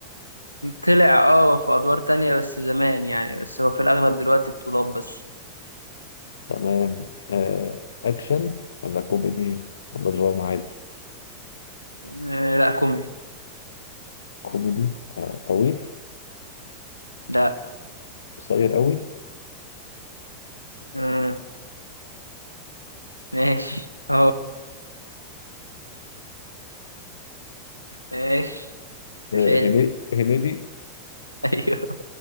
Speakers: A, on the left; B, on the left.
A: طلع اه في ادوار تانية بس زمان يعني بس هو في الاغلب دلوقتي بطولات بس
B: تمام آه، أكشن ولا كوميدي ولا دراما عادي
A: آه لا كوميدي
B: كوميدي آه، طويل
A: لا
B: قصير قوي
A: آه ماشي اه ماشي
B: آه،
A: حلو
B: هني- هنيدي
A: <laughs> ايوه